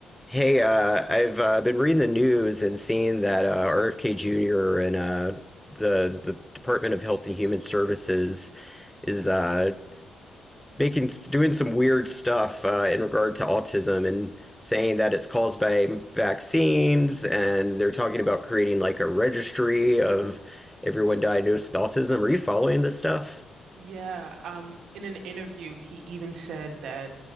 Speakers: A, in the centre; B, on the right.
A: Hey, uh, I've uh, been reading the news and seeing that uh, RFK Jr. and uh, the the Department of Health and Human Services is uh, making doing some weird stuff uh, in regard to autism and saying that it's caused by vaccines, and they're talking about creating like a registry of everyone diagnosed with autism. Are you following this stuff?
B: Yeah, um, in an interview, he even said that